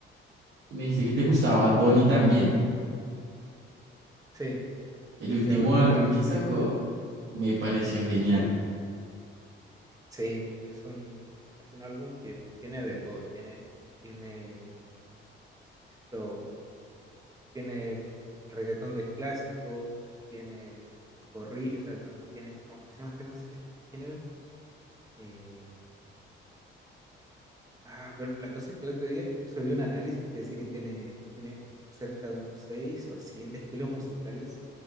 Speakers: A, on the right (about 60°); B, on the right (about 15°).
A: Y Me dijiste que te gustaba Bad Bunny también.
B: Sí,
A: El último
B: sí, ú- últimamente
A: álbum que sacó
B: sí.
A: me pareció genial.
B: Sí, es un, es un álbum que tiene de todo. Tiene, tiene esto, tiene reggaetón del clásico, tiene corri, o sea, no, no tiene, ¿cómo es que se llama este, canci- este género? Eh, Ah, pero la cosa es que el otro día incluso vi un análisis que decía que tiene, tiene cerca de unos seis o siete estilos musicales,